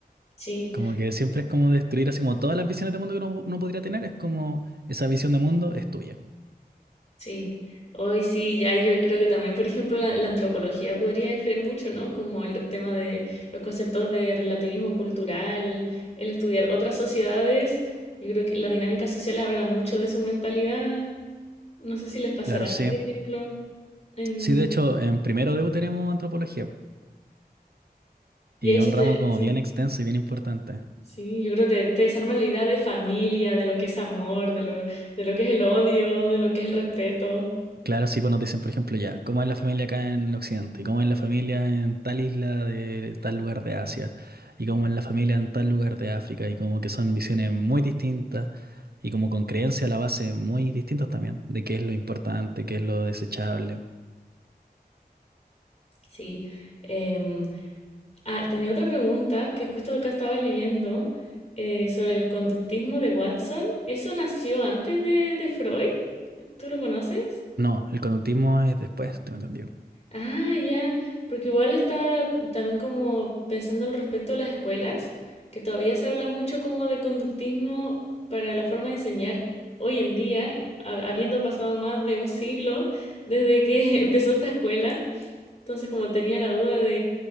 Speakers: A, on the left; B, on the right.
A: Sí.
B: Como que siempre es como destruir así como todas las visiones de mundo que uno, uno podría tener, es como esa visión de mundo es tuya.
A: Sí, hoy sí, ya yo creo que también, por ejemplo, la, la antropología podría influir mucho, ¿no? Como el tema de los conceptos de relativismo cultural, el estudiar otras sociedades, yo creo que las dinámicas sociales hablan mucho de su mentalidad, no sé si les pasará,
B: Claro, sí.
A: por ejemplo, en...
B: Sí, de hecho, en primero de U tenemos antropología
A: Y
B: y
A: ahí
B: es
A: se
B: un
A: te...
B: ramo como
A: Sí,
B: bien extenso y bien importante.
A: sí, yo creo que te, te desarman la idea de familia, de lo que es amor, de lo, de lo que es el odio, de lo que es el respeto,
B: Claro, sí, pues nos dicen, por ejemplo, ya, ¿cómo es la familia acá en Occidente? ¿Cómo es la familia en tal isla de tal lugar de Asia? ¿Y cómo es la familia en tal lugar de África? Y como que son visiones muy distintas y como con creencias a la base muy distintas también, de qué es lo importante, qué es lo desechable.
A: sí. em, Ah, tenía otra pregunta que justo acá estaba leyendo eh, sobre el conductismo de Watson. ¿Eso nació antes de, de Freud? ¿Tú lo conoces?
B: No, el conductismo es después, tengo entendido.
A: Ah, ya, porque igual estaba también como pensando al respecto a las escuelas, que todavía se habla mucho como de conductismo para la forma de enseñar hoy en día, ha- habiendo pasado más de un siglo desde que <laughs> empezó esta escuela. Entonces, como tenía la duda